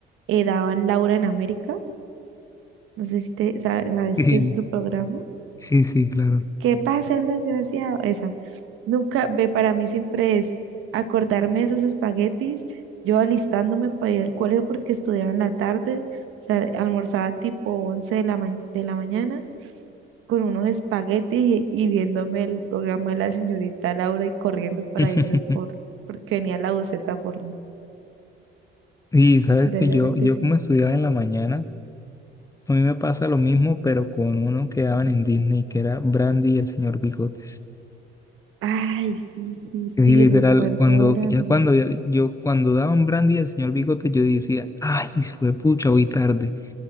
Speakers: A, on the right; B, on the left.
A: eh, daban Laura en América. No sé si te sa- sabes
B: <laughs>
A: qué es ese programa.
B: Sí, sí, claro.
A: ¿Qué pasa, el desgraciado? Esa. Nunca, ve, para mí siempre es acordarme de esos espaguetis, yo alistándome para ir al colegio porque estudiaba en la tarde, o sea, almorzaba tipo 11 de la, ma- de la mañana con unos espaguetis y, y viéndome el programa de la señorita Laura y corriendo para
B: <laughs>
A: irme por, porque venía la buceta por mí.
B: Y sabes
A: De
B: que
A: verdad
B: yo, yo
A: que sí.
B: como estudiaba en la mañana, a mí me pasa lo mismo, pero con uno que daban en Disney, que era Brandy y el señor Bigotes.
A: Ay, sí, sí, sí,
B: que sí, literal,
A: recuerdo
B: cuando,
A: a Brandy.
B: ya cuando ya- yo, cuando daban brandy al señor Bigote, yo decía, ay, sí fue pucha, hoy tarde.